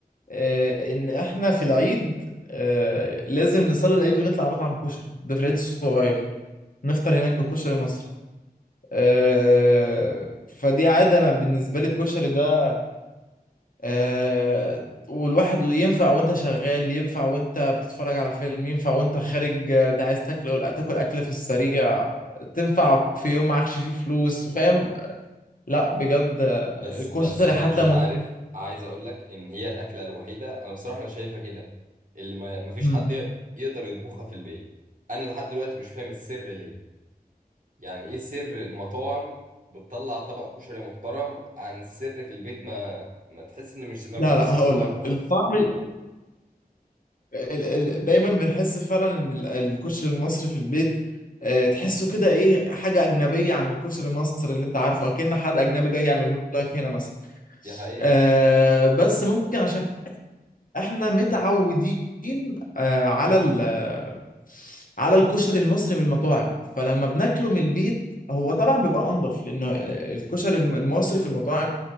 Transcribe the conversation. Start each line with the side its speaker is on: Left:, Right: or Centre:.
Left: آه، ان احنا في العيد آه، لازم نصلي العيد ونطلع على مطعم كشري ده في العيد الصغير نفطر هناك بكشري مصر آه، فدي عاده انا بالنسبه لي الكشري ده آه، والواحد ينفع وانت شغال ينفع وانت بتتفرج على فيلم ينفع وانت خارج آه، عايز تاكل تاكل اكله في السريع تنفع في يوم معكش فيه فلوس فاهم لا بجد آه،
Right: بس
Left: الكشري
Right: بس مش
Left: حتى
Right: عارف عايز أقول لك إن هي الأكلة الوحيدة أنا بصراحة أنا شايفها كده اللي ما ما فيش
Left: مم.
Right: حد يقدر يطبخها في البيت أنا لحد دلوقتي مش فاهم السر ليه يعني ايه سر المطاعم بتطلع طبق كشري محترم عن السر في البيت ما ما تحس ان مش زي- ما
Left: لا
Right: بيبقاش
Left: لا
Right: زي
Left: هقول
Right: المطاعم
Left: لك
Right: خالص
Left: الطعم ال- ال- ال- دايما بنحس فعلا ان ال- الكشري المصري في البيت آه، تحسه كده ايه حاجه اجنبيه عن الكشري المصري اللي انت عارفه اكن حد اجنبي جاي يعمله لك هنا مثلا
Right: دي حقيقة
Left: آه، بس ممكن عشان احنا متعودين آه، على ال آه، على الكشري المصري من المطاعم فلما بناكله من البيت هو طبعا بيبقى انضف لانه آه، الكشري الم- المصري في المطاعم